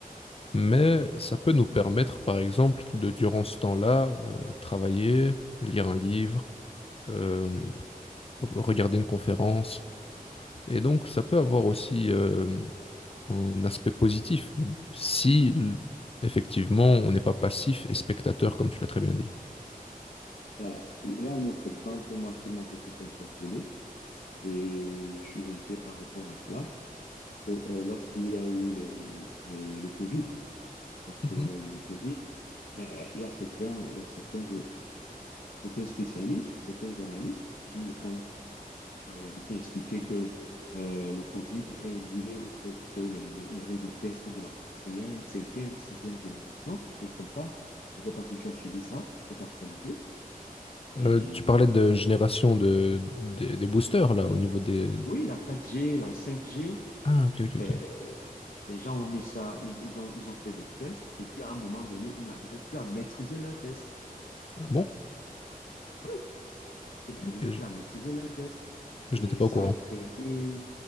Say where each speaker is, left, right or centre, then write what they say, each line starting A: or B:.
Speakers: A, on the left; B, on the left.
A: Mais ça peut nous permettre, par exemple, de durant ce temps-là, euh, travailler, lire un livre, euh, regarder une conférence. Et donc, ça peut avoir aussi euh, un aspect positif si, l- effectivement, on n'est pas passif et spectateur, comme tu l'as très bien dit.
B: voilà. Il y a un autre exemple, moi, qui m'a beaucoup interpellé. Et je suis inquiet par rapport à cela, parce que euh, lorsqu'il y a eu les- les- le Covid, lorsqu'il
A: Mhm.
B: y a eu le Covid, euh, il y a certains, il y a certains, certains spécialistes, certains analystes qui ont en réalité expliqué que euh, le Covid est lié au fait que les, les- il y avait des tests de la quatrième, cinquième, sixième génération, des choses comme ça. Je ne sais pas si tu as suivi ça, cette actualité. Et
A: Euh, tu parlais de génération de, des, des boosters, là, au niveau des...
B: oui, la 4G, la 5G,
A: Ah, ok, ok, ok.
B: euh, les gens ont mis ça, ils, ils ont, ils ont fait des tests, et puis à un moment donné, ils n'arrivaient plus à maîtriser leurs tests.
A: Ah bon?
B: Oui, ils n'arrivaient
A: Ok, je,
B: plus à maîtriser leurs tests.
A: je
B: Et
A: n'étais pas
B: ça
A: au courant.
B: a créé,